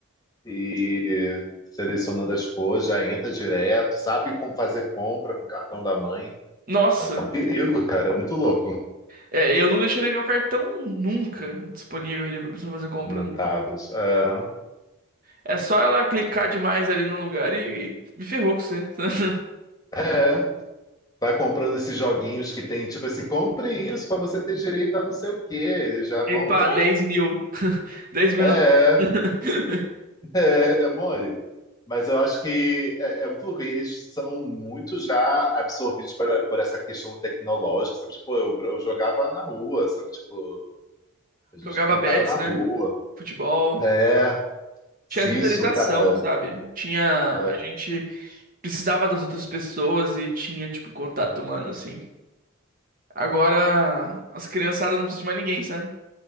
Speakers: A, on the left; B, on the right.
A: e selecionando as coisas, já entra direto, sabe como fazer compra com o cartão da mãe.
B: Nossa!
A: Tá um perigo, cara. É muito louco.
B: É, eu não deixaria meu cartão nunca disponível ali pra pessoa fazer compra.
A: Montados.
B: né?
A: É,
B: É, só ela clicar demais ali no lugar e, e me ferrou com você. <laughs>
A: é. Vai comprando esses joguinhos que tem, tipo assim, compre isso pra você ter direito a não sei o quê. Eles já vão.
B: E pá, 10 mil. <laughs> dez mil
A: É,
B: na.
A: é,
B: <laughs>
A: é é mole. Mas eu acho que é, é muito louco. E eles são muito já absorvidos para, por essa questão tecnológica, sabe? Tipo, eu, eu jogava na rua, sabe? Tipo, a gente
B: Jogava
A: brincava
B: bets,
A: na rua.
B: né? Futebol.
A: É, se
B: Tinha socialização,
A: isso, cara.
B: sabe? Tinha.
A: É,
B: A gente precisava das outras pessoas e tinha, tipo, contato humano, assim. Agora, as criançadas não precisam de mais ninguém, sabe?